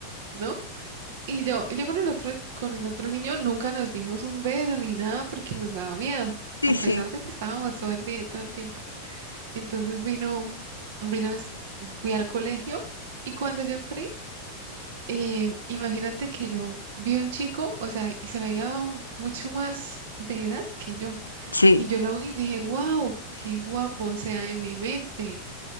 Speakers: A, on the right; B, on the left.
A: ¿no? Y yo, yo con el otro, con el otro niño nunca nos dimos un beso ni nada porque nos daba miedo,
B: Sí,
A: a pesar
B: sí.
A: de que estábamos todo el día, todo el tiempo. Entonces vino, vino, es- fui al colegio y cuando yo entré, eh, imagínate que yo vi un chico, o sea, y se veía un- mucho más de edad que yo.
B: Sí,
A: Y yo lo vi y dije, wow, qué guapo, o sea, en mi mente.